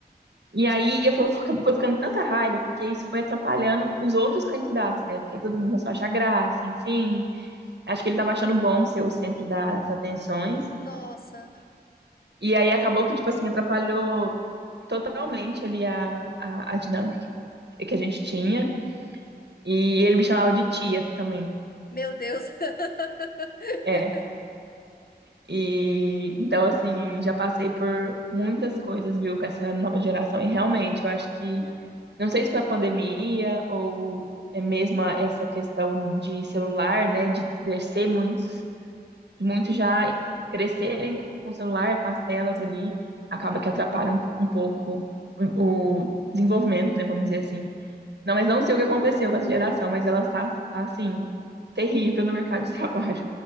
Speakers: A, on the right (about 85°); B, on the left (about 60°).
A: E aí eu fui, foi ficando tanta raiva, porque isso foi atrapalhando os outros candidatos, né? Porque aí todo mundo começou a achar graça, enfim. Acho que ele tava achando bom ser o centro das atenções.
B: Nossa,
A: E aí acabou que, tipo assim, atrapalhou totalmente ali a, a, a dinâmica que que a gente tinha. E ele me chamava de tia também.
B: meu Deus. <laughs>
A: É. E então, assim, já passei por muitas coisas, viu, com essa nova geração. E realmente, eu acho que Não sei se foi a pandemia ou é mesmo a- essa questão de celular, né? De crescer muitos, de muitos já crescerem com o celular, com as telas ali, acaba
B: Uhum.
A: que atrapalha um, po- um pouco o, o desenvolvimento, né? Vamos dizer assim. Não, mas não sei o que aconteceu com essa geração, mas ela está, está assim, terrível no mercado de <laughs> trabalho.